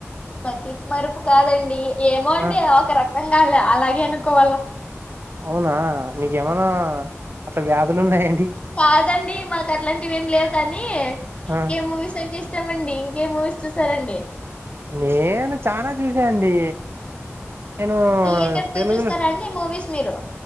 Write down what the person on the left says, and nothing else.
మతి మరుపు కాదండి ఏమో అండి
ఒక రక అర్ధం కాదులే అలాగే అనుకోవాల
కాదండి మాకు అట్లాంటివి ఏం లేవు కానీ ఇంకేం
మూవీస్ అంటే ఇష్టమండి ఇంకేం మూవీస్ చూసారండి
థియేటర్ పోయి
చూస్తారా అండి మూవీస్ మీరు